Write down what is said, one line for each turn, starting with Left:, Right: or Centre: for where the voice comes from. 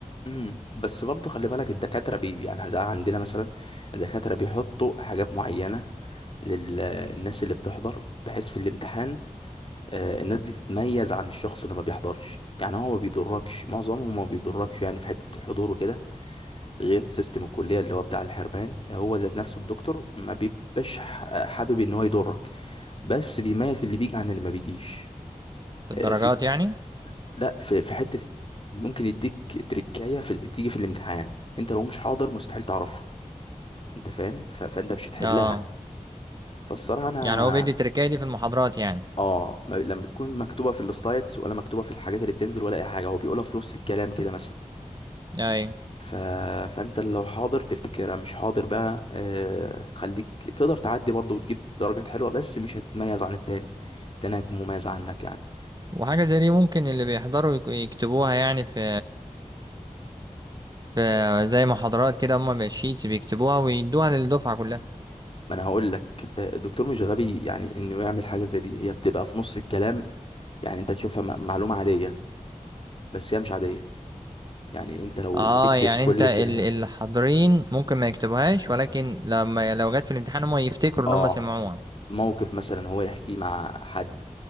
Left: امم بس برضو خلي بالك الدكاترة بي يعني زي عندنا مثلا الدكاترة بيحطوا حاجات معينة للناس اللي بتحضر بحيث في الامتحان آه، الناس دي تتميز عن الشخص اللي ما بيحضرش يعني هو ما بيضركش معظمهم ما بيضركش يعني في حتة الحضور وكده غير سيستم الكلية اللي هو بتاع الحرمان هو ذات نفسه الدكتور ما بيبقاش ح- حابب ان هو يضرك بس بيميز اللي بيجي عن اللي ما بيجيش
Right: الدرجات
Left: آه، في
Right: يعني
Left: لا في في حتة ممكن يديك تريكاية في تيجي في الامتحان انت لو مش حاضر مستحيل تعرفها انت فاهم ف... فانت مش هتحلها
Right: اه
Left: فالصراحة انا
Right: يعني هو بيدي التركية دي في المحاضرات يعني
Left: اه ما- لما تكون مكتوبه في السلايدز ولا مكتوبه في الحاجات اللي بتنزل ولا اي حاجه هو بيقولها في نص الكلام كده مثلا
Right: ايوه
Left: ف... فانت لو حاضر تفتكرها مش حاضر بقى آه... تخليك تقدر تعدي برضه وتجيب درجات حلوه بس مش هتتميز عن التاني التاني هيكون مميز عنك يعني
Right: وحاجة زي دي ممكن اللي بيحضروا يك- يكتبوها يعني في في زي محاضرات كده هما بالشيتس بيكتبوها ويدوها للدفعة كلها
Left: ما انا هقول لك آه، الدكتور مش غبي يعني انه يعمل حاجه زي دي هي بتبقى في نص الكلام يعني انت تشوفها م- معلومه عاديه بس هي مش عاديه يعني انت لو
Right: اه
Left: بتكتب
Right: يعني
Left: كل
Right: انت ال-
Left: كلمه
Right: اللي حاضرين ممكن ما يكتبوهاش ولكن لما لو جت في الامتحان هما يفتكروا
Left: اه
Right: ان هما سمعوها
Left: موقف مثلا هو يحكيه مع حد